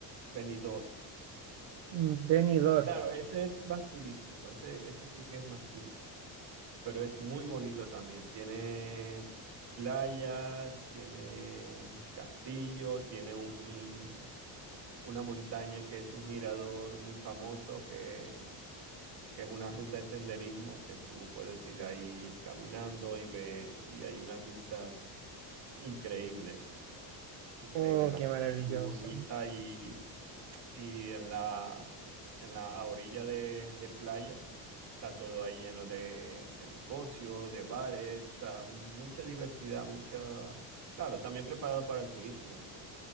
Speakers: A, on the right; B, on the right.
A: Benidorm.
B: Mm, Benidorm.
A: Eh, claro, ese es más turístico, ese, ese sí que es más turístico, pero es muy bonito también. Tiene playas, tiene castillo, tiene un, una montaña que es un mirador muy famoso que que es una ruta de senderismo que tú puedes ir ahí caminando y ve, y hay unas vistas increíbles, increíbles.
B: Oh,
A: La
B: qué
A: playa
B: maravilloso.
A: es muy bonita y, y en la, en la orilla de, de playa está todo ahí lleno de, de negocios, de bares, o sea, mucha diversidad, mucha... Claro, también preparado para el turismo esto,